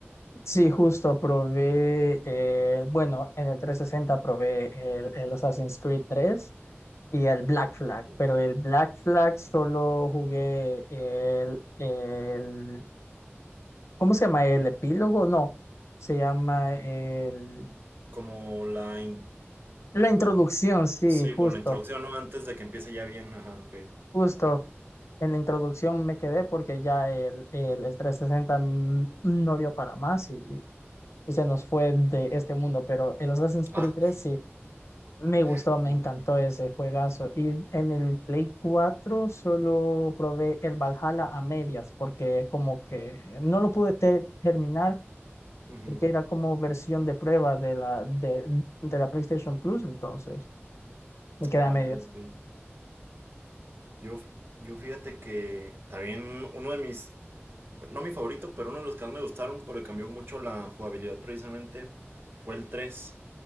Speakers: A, on the left; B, on the right.
A: Sí, justo probé, eh, bueno, en el 360 probé el, el Assassin's Creed tres y el Black Flag,
B: Uf.
A: pero el Black Flag solo jugué el, el, ¿cómo se llama? El epílogo, no, se llama el,
B: Como la... in-
A: la introducción,
B: bueno,
A: sí,
B: sí,
A: justo,
B: como la introducción, ¿no? Antes de que empiece ya bien, ajá, ok.
A: justo. En la introducción me quedé porque ya el, el, el 360 n- no dio para más y, y se nos fue de este mundo, pero el Assassin's Creed
B: Ah,
A: tres sí. Me gustó,
B: <laughs>
A: me
B: ok.
A: encantó ese juegazo. Y en el Play 4 solo probé el Valhalla a medias, porque como que no lo pude te- terminar,
B: Ujú.
A: porque era como versión de prueba de la, de, de la PlayStation Plus, entonces me quedé
B: Ah,
A: a medias.
B: ok, ok. Yo, yo fíjate que también uno de mis no mi favorito, pero uno de los que más me gustaron porque cambió mucho la jugabilidad precisamente fue el tres